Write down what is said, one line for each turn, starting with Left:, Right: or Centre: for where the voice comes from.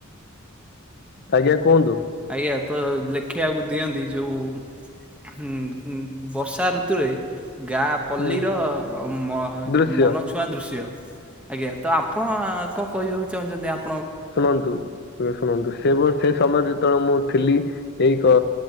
Left: ଆଜ୍ଞା କୁହନ୍ତୁ?
Centre: ଆଜ୍ଞା ତ ଲେଖିଆକୁ ଦିଅନ୍ତି, ଯୋଉ ହୁଁ -ଗୁଁ ବର୍ଷା ଋତୁରେ ଗାଁ ପଲ୍ଲୀର
Left: ହୁଁ
Centre: ମ
Left: ଦୃଶ୍ୟ
Centre: ମନଛୁଆଁ ଦୃଶ୍ୟ। ଆଜ୍ଞା ତ ଆପଣ କଣ କହିବାକୁ ଚାହୁଁଚ଼ନ୍ତି? ଆପ
Left: ଶୁଣନ୍ତୁ ଶୁଣନ୍ତୁ ସେ ବୟସ୍ ସେ ସମୟରେ ଯେତେବେଳେ ମୁଁ ଥିଲି, ଏଇ କ